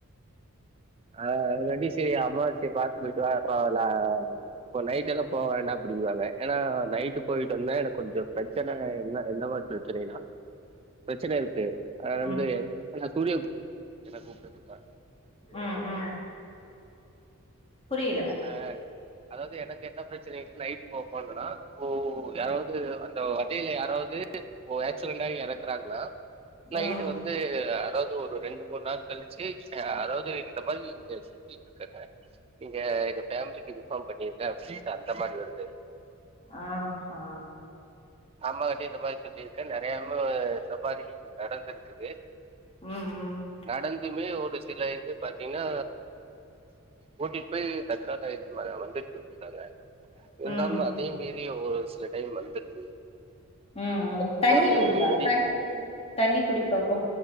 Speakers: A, on the right (about 25°); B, on the left (about 25°).
A: அ அதுங்காட்டி செரி அம் மாச்செ பாத்து போயிட்டு வா இப்ப லாம் இப்ப நைட்டெல்லா போவேனா அப்டிங்குவாங்க ஏனா நைட்டு போயிட்டு வந்தா எனக் கொஞ்சொ பிரச்சன என்ன எந்த மாரி பிரச்சனைனா பிரச்சன இருக்கு அது
B: ம் ம்
A: வந்து <unintelligible> <unintelligible> கேட்டா‌ கூப்டுட்ருக்கா
B: ம் ம் புரியல
A: அ அதாவ்து எனக்கு என்ன பிரச் சனைன நைட் போ போனனா இப்போ யாராவுது அந் தோ வண்டில யாராவு. து இப்பொ ஆக்சிடென்டாயி எறக்குறாங்னா நைட்டு்
B: ம்
A: வந்து அதாவுது ஒரு ரெண்டு மூண் நாள் கழி ச்சு அதாவு து இந்த மாரி இங்க சுத்திட்ருக்கங்க நீங்க எங்க ஃபேமிலிக்கு இன்பார்ம் பண்ணிருங்க அப்டின்ட்டு அந்த மாரி வருது
B: ஆஹா
A: அம்மா கிட்டயு இந்த மாரி சொல்லிருக்க நெறயவு இந்த மாரி நடந்துருக்குது
B: ம் ம்
A: நடந்துமே ஒரு ஒரு சில இது பாத்தீங்னா கூட்டிட் போய் <unintelligible> <unintelligible> மந்துருச்சு வுட்ருக்காங்க
B: ம்
A: இருந்தாலு
B: ம்
A: அதயு மீறி ஒரு சில டைம் வந்துருது
B: ம் ம் தண்ணி
A: அதாவ்து
B: குடிப்பா
A: வெடி
B: தண்ணி தண்ணி குடிப்பா போ